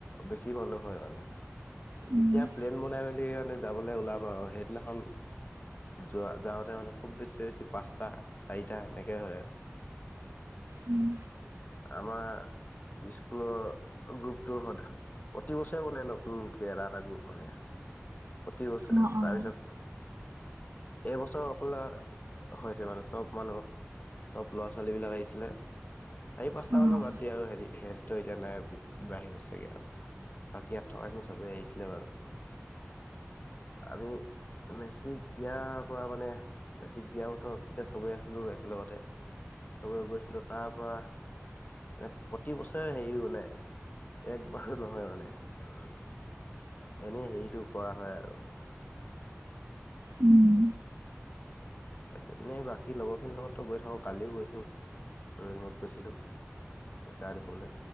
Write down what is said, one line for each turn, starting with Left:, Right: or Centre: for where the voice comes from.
Left: বেছি মানুহ হয় মানে,
Right: উম,
Left: যেতিয়া প্লেন বনাই মেলি এনেই যাবলৈ ওলাম আৰু সেইদিনাখন যোৱা যাওঁতে মানে খুব বেছি বেছি পাঁচটা চাৰিটা সেনেকেই হয় আৰু
Right: উম,
Left: আমাৰ স্কুলৰ গ্ৰুপটো হত প্ৰতি বছেৰে বনে নতুনকে এটা এটা গ্ৰপ মানে প্ৰতি বছৰে
Right: অ', অ',
Left: তাৰপিছত এইবছৰ অকলে হৈছে মানে চব মানুহ চব ল'ৰা-ছোৱালীবিলাক আহিছিলে। চাৰি-পাঁচটা
Right: অ'।
Left: মানৰ বাদ দিয়া আৰু হেৰি হেৰিতো এতিয়া নাই বাহিল চাগে আৰু। বাকী ইয়াত থকাখিনি চবেই আহিছিলে বাৰু। আমি মেট্ৰিক দিয়াৰ পৰা মানে মেট্ৰিক দিয়া বছৰতে চবে আছিলো একেলগতে। চবৰে গৈছিলো। তাৰ পৰা প্ৰতিবছৰে হেৰি মানে একবাৰো নহয় মানে। এনেই হেৰিটো কৰা হয় আৰু।
Right: উম।
Left: তাৰপিছত এনে বাকী লগৰখিনিৰ লগততো গৈ থাকো। কালিও গৈছোঁ। ৰয়িঙত গৈছিলোঁ গা ধুবলে।